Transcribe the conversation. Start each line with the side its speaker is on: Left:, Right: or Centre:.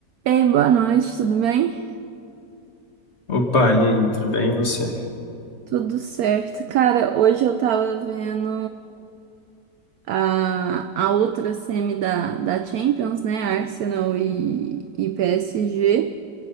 Right: Ei, boa noite, tudo bem?
Left: Opa, e aí, tudo bem e você?
Right: Tudo certo. Cara, hoje eu tava vendo a, a outra semi da, da Champions, né? Arsenal e, e PSG.